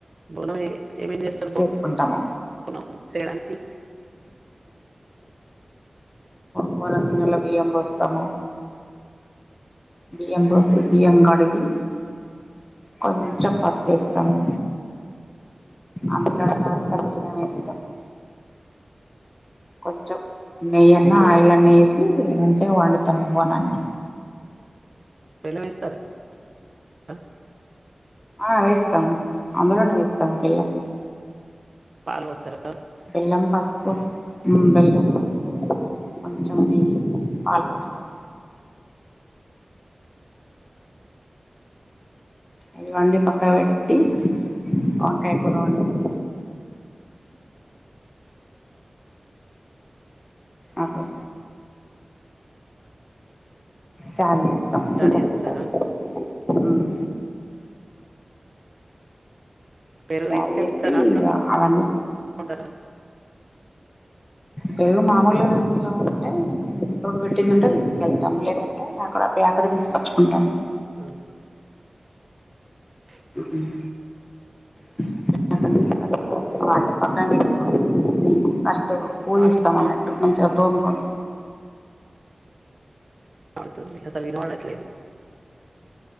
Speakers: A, on the right; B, on the left.
A: బోనం ఏమేమి చేస్తారు బో
B: చేసుకుంటాము
A: బోనం చేయడానికి
B: బోనం గిన్నెలో బియ్యం పోస్తాము బియ్యం పోసి బియ్యం కడిగి కొంచెం పసుపు వేస్తాము అందులో కాస్తా బెల్లం వేస్తాము కొంచెం నెయ్యిన్న ఆయిల్ అన్ని వేసి మంచిగా వండుతాము బోనాన్ని
A: బెల్లం వేస్తారా ఆ
B: ఆ వేస్తాము అందులోనే వేస్తాము బెల్లం
A: పాలు పోస్తారా
B: బెల్లం పస్ బెల్లం పసుపు కొంచెం నెయ్యి పాలు పోస్తాం అవి అన్ని పక్క పెట్టి వంకాయ కూర వండుతాం అకో చాల చేస్తాం చింతపండు
A: చాట్ చేస్తారా
B: హ్మ్
A: పెరుగు
B: తాగేసి
A: తీసుకెళ్తారా అక్కడ
B: ఇగ అవి అన్ని
A: కొంటారా
B: పెరుగు మామూలు ఇంట్లో ఉంటే తోడు పెట్టిందింటే తీసుకెళ్తాము లేదంటే అక్కడ ప్యాకెట్ తీసుకోచ్చుకుంటాము
A: హ్మ్ హు
B: హ్మ్ హు అన్ని తీస్కోచుకొని ఇగ పక్కన పెట్టి <inaudible> పోయిస్తాం
A: గాడు సౌండ్
B: అన్నట్టు మంచిగా తోముకోని
A: అవుతుంది అసల్ అసల్ వినపడట్లేదు